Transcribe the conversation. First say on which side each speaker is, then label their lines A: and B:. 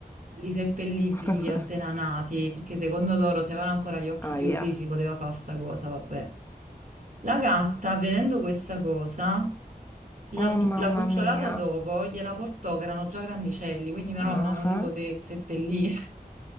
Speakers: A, on the right (about 55°); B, on the left (about 15°).
A: Li seppellì
B: <laughs>
A: vivi appena nati, perché secondo loro se avevano ancora gli occhi
B: Aia.
A: chiusi si poteva fare sta cosa, vabbè. La gatta, vedendo questa cosa, la,
B: Oh mamma
A: la cucciolata
B: mia.
A: dopo gliela portò, che erano già grandicelli, quindi mio
B: Ah,
A: nonno non li
B: ah.
A: poté seppellire.